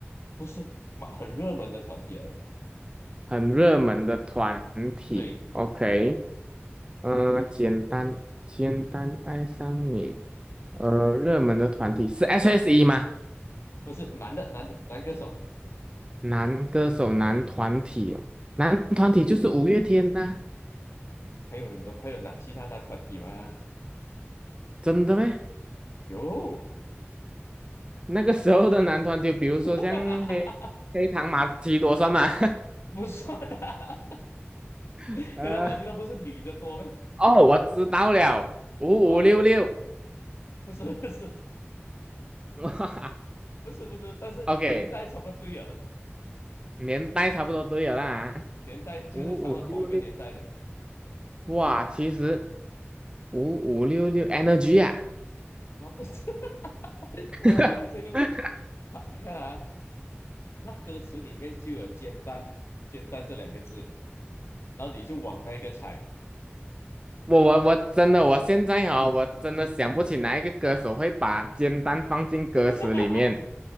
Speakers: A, on the left; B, on the right.
A: 不是蛮很热门的团体来的，
B: 很热门的团体。
A: 对，
B: OK，嗯、呃，简单简单爱上你，呃，热门的团体是 S.H.E 吗？
A: 不是男的男的男歌手，
B: 男歌手男团体哦，男团体就是五月天呐、
A: 还有很多还有男其他男团体吗？
B: 真的咩？
A: 有，
B: 那个时候的男团体，比如说像黑黑糖玛奇朵算吗？
A: <laughs> 不算啊，
B: <laughs>
A: <laughs>
B: 呃，
A: 黑道马俊团不是女的多呗，
B: 哦，我知道了，五五六六。
A: 什么？不是不是
B: <laughs>
A: 不是不是，但是年代差不多对了的，
B: OK，年代差不多都有啦啊，
A: 年代就是差不多同一个年代的
B: 五五六六，哇，其实五五六六 energy 啊，
A: 啊，不是 <laughs>，
B: <laughs>
A: 哇，你这个它你看啊，那歌词里面就有“煎蛋”“煎蛋”这两个字，然后你就往那个猜，
B: 我我我真的，我现在哦，我真的想不起哪一个歌手会把煎蛋放进歌词里面。
A: <laughs>